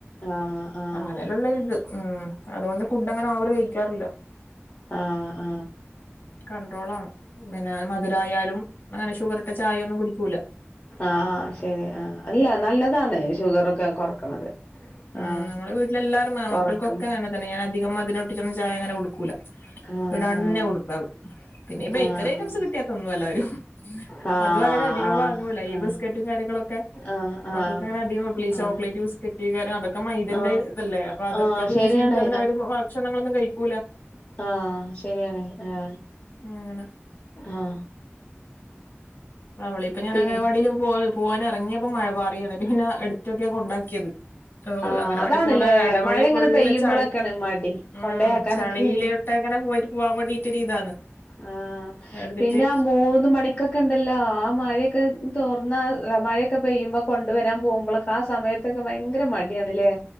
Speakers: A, on the left; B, on the left.
A: ആഹ് ആഹ്
B: അങ്ങനെല്ലള്ളരിത്, ഉം, അതുകൊണ്ട്, ഫുഡ് അങ്ങനെ, ഓവറ് കഴിക്കാറില്ല.
A: ആ ആ.
B: കൺട്രോളാണ്, പിന്നെ മധുരായാലും, അങ്ങനെ ഷുഗറിട്ട ചായ ഒന്നും കുടിക്കൂല.
A: ആഹ, ആ ശരി, ആ, അല്ല നല്ലതാണ് ഷുഗറൊക്കെ കൊറക്കണത്.
B: ഉം്
A: ആഹ്
B: നമ്മുടെ വീട്ടില എല്ലാരും, മ,
A: കൊറക്കണം
B: മക്കൾക്കൊക്കെ അങ്ങനെതന്നെ, ഞാനധികം, മധുരംട്ടിച്ചൊന്നും, ചായ, അങ്ങനെ, കൊടുക്കൂല.
A: ആഹ്
B: ഇടാണ്ടെന്നെ,
A: ആഹ്
B: കൊടുക്കാറ്, പിന്നെ, ഇ, ബേക്കറി
A: ആഹ്
B: ഐറ്റംസ്
A: ആഹ്
B: കിട്ടിയാത്തിന്നും, എല്ലാരും
A: ആഹ്
B: അതും, അങ്ങനെ, അധികം, വാ <unintelligible> ഈ, ബിസ്ക്കറ്റും, കാര്യങ്ങളൊക്കെ,
A: ആഹ്
B: മക്കൾക്ക്,
A: ആഹ്
B: അങ്ങനെ അധികം കൊടുക്കൂല ഈ,
A: ആഹ്
B: ചോക്ലേറ്റ്, ബിസ്ക്കറ്റ്, കാ രം, അതൊക്കെ മൈധയ്
A: ആഹ്
B: ന്റെയ് ഇതല്ലേ, അപ്പൊ അതൊക്കെ
A: ആഹ് ആഹ്
B: തിന്ന്
A: ശരിയാണ്
B: ശീലിച്ചാപ്പിന്നെ, അവര്, ഭക്ഷണങ്ങളൊന്നും കഴിക്കൂല്ല.
A: ആ, ശരിയാണ്, ആ,
B: അങ്ങനെ
A: ആ.
B: അവളി ഇപ്പൊ, ഞാൻ,
A: പി
B: അങ്ങനവാടിൽ, <unintelligible> പോവാനെറങ്ങിയപ്പോ, മഴ പാറിയാണ്, പിന്നെ എടുത്തൊക്കെയ, കൊണ്ടാക്കിയത്.
A: ആ,
B: അംഗനവാടി
A: അതാണ്ലെ,
B: പോകുന്ന ഇടവഴി
A: മഴ, ഇങ്ങനെ
B: ഫുള്ള്
A: പെയ്യുമ്പോഴൊക്കെയാണ്
B: ചളി
A: മടി,
B: ഉം
A: കൊണ്ടയാക്കാനൊക്കെ.
B: ചളിയിലോട്ട് അങ്ങനെ പോയിട്ട് പോവാൻ വേണ്ടിട്ടൊരു ഇതാണ്
A: ആ,
B: എടുത്തിട്ട്
A: പിന്നെ, ആ, മൂന്ന് മണിക്കൊക്കെ, ഉണ്ട തല്ല, ആ മഴയൊക്കെ, തോർന്നാൽ, ല്ല മഴയൊക്കെ പെയ്യുമ്പോ, കൊണ്ടുവരാൻ, പോവുമ്പളൊക്കെ, ആ സമയ ഇതൊക്കെ, ഭയങ്കര, മടിയാണ്, ലെ.